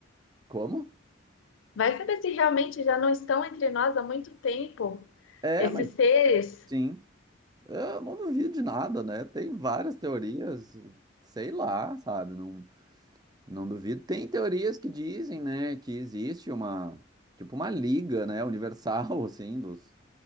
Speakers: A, on the right; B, on the left.
A: Como?
B: Vai saber se realmente já não estão entre nós há muito tempo,
A: É,
B: esses
A: mas
B: seres.
A: sim. Eu não duvido de nada, né? Tem várias teorias, sei lá, sabe? Não, não duvido. Tem teorias que dizem, né, que existe uma, tipo, uma liga, né, universal, <laughs> assim, dos,